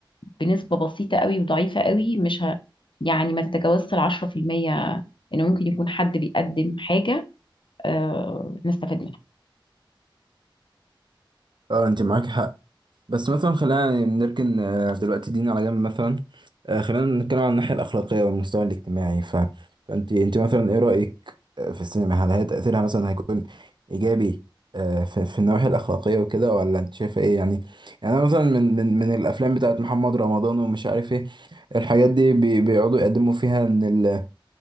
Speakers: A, on the left (about 70°); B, on the right (about 60°).
A: بنسبة بسيطة قوي وضعيفة قوي مش ه... يعني ما تتجاوزش العشرة في المية إنه ممكن يكون حد بيقدم حاجة آه، نستفاد منها
B: اه انت معاك حق بس مثلا خلينا نركن آه، دلوقتي دين على جنب مثلا آه، خلينا نتكلم عن الناحية الأخلاقية والمستوى الاجتماعي ف... فأنت أنت مثلا إيه رأيك آه، في السينما هل هي تأثيرها مثلا هيكون إيجابي آه، في, في النواحي الأخلاقية وكده ولا أنت شايفة إيه يعني يعني أنا مثلا من من من الأفلام بتاعت محمد رمضان ومش عارف إيه الحاجات دي بي... بيقعدوا يقدموا فيها إن